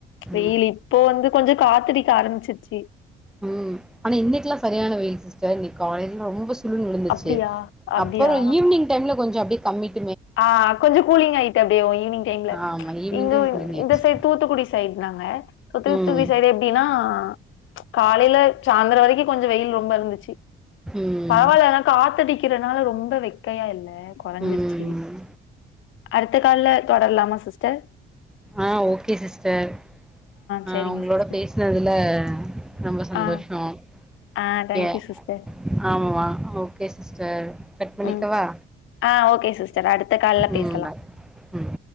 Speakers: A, on the left; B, in the centre.
A: வெயில்ல
B: ம்
A: இப்போ வந்து கொஞ்சோ காத்தடிக்க ஆரம்பிச்சி சி
B: உம் ஆனா இன்னைக்கு எல்லா சரியான வெயில் சிஸ்டர் இன்னைக்கு காலையில ரொம்ப விழு விழுந்துச்சு
A: அப்டியா அப்டியா
B: அப்புறோ ஈவினிங் டைம்ல கொஞ்சோ அப்டியே கமிட்
A: ஆ கொஞ்சோ கூலிங் ஆயிட்டு அப்டியே ஈவினிங் டைம்ல
B: ஆமா ஈவினிங்
A: இங்க
B: டைம் குளிங்காயிடுச்சு
A: இந்த சைட் தூத்துக்குடி சைடு நாங்க <unintelligible>
B: ம்
A: எப்டினா ஆ காலையில சாய்ந்திர வரைக்கூ கொஞ்சோ வெயில் ரொம்ப இருந்துச்சு
B: ம்
A: பரவாயில்ல காத்தடிக்கிறதுனால ரொம்ப வெக்கையா இல்ல குறைஞ்சிருச்சு
B: ம்
A: அடுத்த கால்ல தொடரலாமா சிஸ்டர்
B: ஆ ஓகே சிஸ்டர் ஆ
A: செரிங்க
B: உங்களோட
A: சிஸ்டர்
B: பேசினதுல ரொம்ப சந்தோஷோ
A: ஆ
B: ஒகே
A: ஆ தேங்க்யூ
B: எ
A: சிஸ்டர்
B: ஆமா ஓகே சிஸ்டர் கட் பண்ணிக்கவா
A: ம் ஆ ஓகே சிஸ்டர் அடுத்த கால்ல
B: ம்
A: பேசலா
B: பாய் ம்